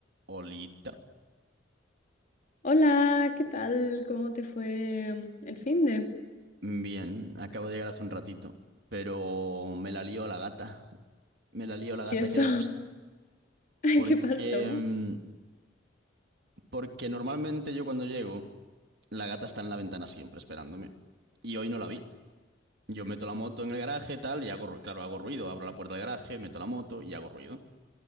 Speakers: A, on the right (about 60°); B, on the left (about 45°).
A: Olita.
B: Hola, ¿qué tal? ¿Cómo te fue el fin de?
A: Bien, acabo de llegar hace un ratito, pero me la lío la gata. Me la lío la
B: ¿Y
A: gata
B: eso?
A: que da gusto.
B: <laughs> Ay,
A: Porque,
B: ¿qué pasó?
A: mm, porque normalmente yo cuando llego, la gata está en la ventana siempre esperándome. Y hoy no la vi. Yo meto la moto en el garaje, tal, y hago, ru- claro, hago ruido. Abro la puerta del garaje, meto la moto y hago ruido.